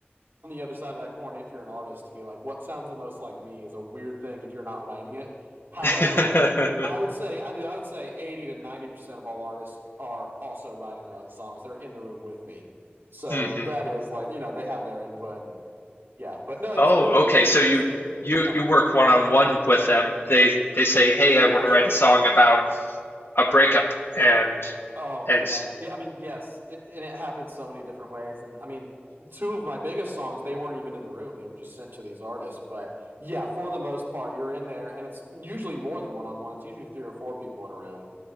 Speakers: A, on the right; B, on the left.
A: on the other side of that corn, if you're an artist, to be like, "What sounds the most like me?" is a weird thing if you're not writing it. However,
B: <laughs>
A: I would say I did. I would say eighty to ninety percent of all artists are also writing their own songs. They're in the room with me, so
B: hmm
A: that is like you know they have their input and yeah. But no, it's
B: Oh,
A: really
B: okay.
A: man,
B: So
A: it,
B: you
A: it's
B: you
A: um,
B: you work one on one with them. They they say, hey, I
A: Gosh.
B: want to write a song about a breakup, and
A: Oh
B: and
A: man. Yeah, I mean, yes, it, and it happened so many different ways. And I mean, two of my biggest songs, they weren't even in the room. They were just sent to these artists. But yeah, for the most part, you're in there and it's usually more than one on one. It's usually three or four people in a room.